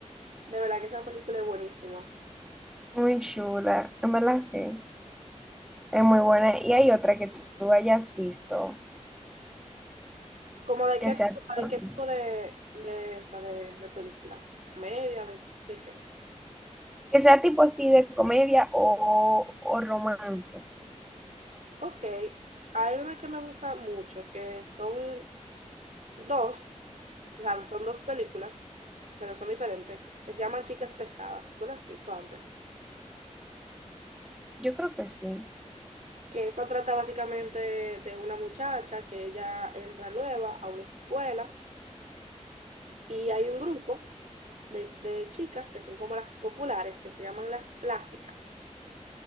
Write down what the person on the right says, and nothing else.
de verdad que esa película es buenísima.
¿Como de
qué
tipo,
de
qué tipo de, de, o sea, de, de película? ¿Comedia? De, de qué?
Ok, hay una que me gusta mucho, que son dos, o sea, son dos películas, pero son diferentes, que se llaman Chicas Pesadas. ¿Tú las has visto antes?
Que eso trata básicamente de una muchacha que ella entra nueva a una escuela y hay un grupo de, de chicas que son como las populares, que se llaman las plásticas.